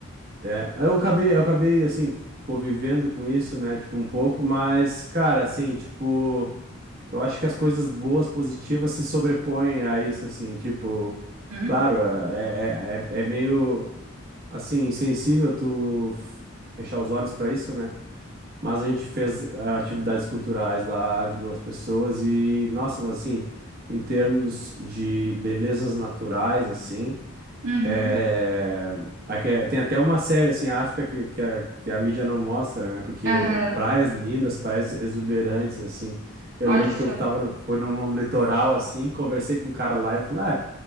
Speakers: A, on the right; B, on the right.
A: É, aí eu acabei, eu acabei assim convivendo com isso, né, tipo um pouco, mas cara, assim, tipo, eu acho que as coisas boas, positivas se sobrepõem a isso assim, tipo,
B: Uhum,
A: claro, é, é, é é meio assim, sensível tu f- fechar os olhos pra isso, né? Mas a gente fez ah, atividades culturais lá, ajudou as pessoas e, nossa, mas assim, em termos de belezas naturais, assim,
B: uhum,
A: é... aqui é- tem até uma série, assim, África, que, que, a, que a mídia não mostra, né? Porque
B: aham.
A: praias lindas, praias exuberantes, assim. Eu
B: Olha
A: lembro
B: só,
A: que eu tava no, fui num num litoral, assim, conversei com um cara lá, ele falou, "Ah,